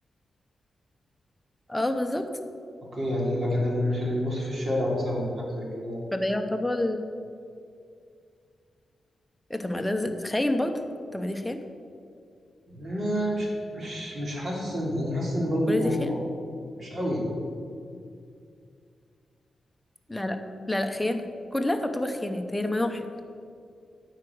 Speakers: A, in the centre; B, on the right.
A: اه بالظبط
B: اوكي يعني لكن اللي مش اللي بيبص في الشارع مثلا أو حاجة زي كده
A: فده يعتبر إيه طب ما ده ز- خاين برضه طب ما دي خيانة
B: ما- مش مش مش حاسس ان يعني حاسس ان برضه
A: كل
B: الموضوع
A: دي خيانة
B: مش قوي
A: لا لا لا لا خيانة كلها تعتبر خيانات هي المراحل